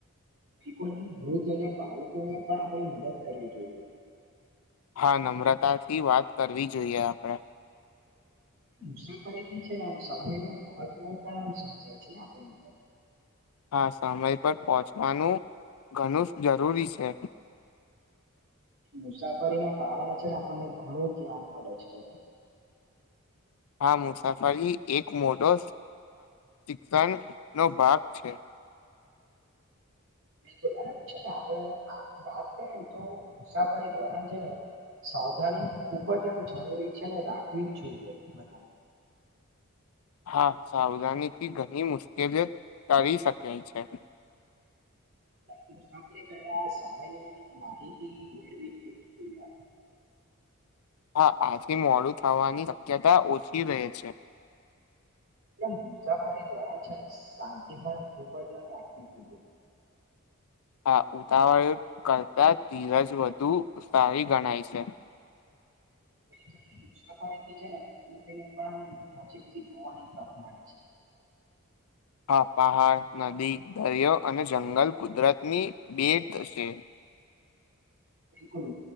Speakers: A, on the right; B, on the left.
A: બિલકુલ અને વૃદ્ધ, અને બાળકોને પણ આપણે મદદ કરવી જોઈએ.
B: હા, નમ્રતાથી વાત કરવી જોઈએ, આપણે.
A: મુસાફરીથી છેને, આમ સમય ન મહત્વ પણ આમ સમજાય છેને, આપણનેર
B: હા, સમય પર પહોંચવાનું ઘણું જરૂરી છે.
A: મુસાફરી ના કારણે છેને, આપણને ઘણું ધ્યાન મળે છે.
B: આ મુસાફરી, એક મોટો શિક્ષણનો ભાગ છે.
A: બિલકુલ અને છેને, આપડે વાત કરીએ ને તો મુસાફરી ધોરણ છે ને સાવધાની ખૂબજ આમ જરૂરી છેને, રાખવી જ જોઈએ બધાને <inaudible>
B: હા, સાવધાનીથી ઘણી મુશ્કેલી કરી શકાય છે.
A: <inaudible> પેલા સમયની, માહિતી મેળવી લેવી જોઈએ. <inaudible>
B: હા, આથી મોડું થવાની શક્યતા ઓછી, રહે છે.
A: એ મુસાફરી ધોરણ છેને, શાંતિ પણ ખૂબજ આમ રાખવી પ <inaudible>
B: હા, ઉતાવળ કરતા ધીરજ વધુ સારી ગણાય છે.
A: <unintelligible> મુસાફરી છેને, તેને પણ આ નજીક થી જોવાની તક મળે છે. <inaudible>
B: હા, પહાડ નદી, દરિયો અને જંગલ કુદરતની બેટ છે.
A: <inaudible> બિલકુલ